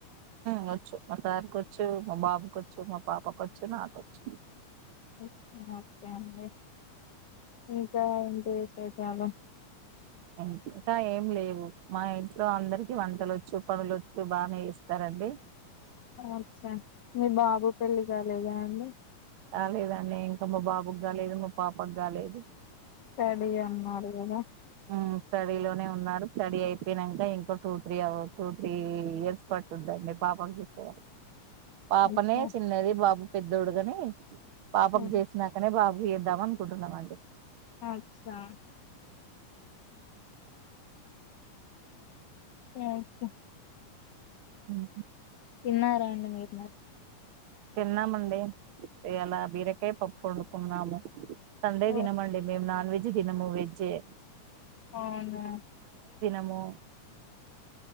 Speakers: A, on the right; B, on the left.
A: వచ్చు మా సారికి వచ్చు మా బాబుక వచ్చు మా పాపక వచ్చు నాకొచ్చు
B: ఓకే అండి ఇంకా ఏంటి విశేషాలు
A: ఇం ఇంకా ఏం లేవు మా ఇంట్లో అందరికి వంటలు వచ్చు పనులుొచ్చు బానే ఇస్తారండి
B: అచ్చా మీ బాబు పెళ్ళి కాలేదా అండి
A: రాలేదండి ఇంకా మా బాబుకి కాలేదు మా పాపకు కాలేదు
B: స్టడీ అన్నారు కాదా
A: హ్మ్ స్టడీ లో ఉన్నారు స్టడీ అయిపోయినాక ఇంకో టూ త్రీ అవ టూ త్రీ ఇయర్స్ పట్తుందండి పాప చూసే పాపనే
B: అచ్చా
A: చిన్నది బాబు పెద్దోడుగాని పాపకు
B: ఉమ్.
A: చేసినాకనే బాబు ఎదవన్ కుంటుంనమండి
B: అచ్చా స స
A: హ్మ్
B: తిన్నారా అండి మీరున్న
A: తిన్నామండి ఇయాల బీరకాయ పప్పు వండుకున్నాము సండే
B: ఓ,
A: తినంమండి మేము నా నన్ వెజ్ దినముూ వెజ్ ఎ
B: అవునా
A: ఆమో